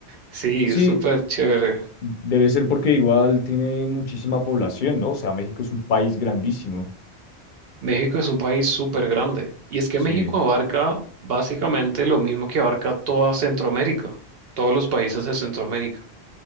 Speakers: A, on the right; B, on the left.
A: Sí,
B: Sí,
A: es súper chévere.
B: debe ser porque igual tiene muchísima población, ¿no? O sea, México es un país grandísimo.
A: México es un país súper grande. Y es que
B: Sí,
A: México abarca básicamente lo mismo que abarca toda Centroamérica, todos los países de Centroamérica.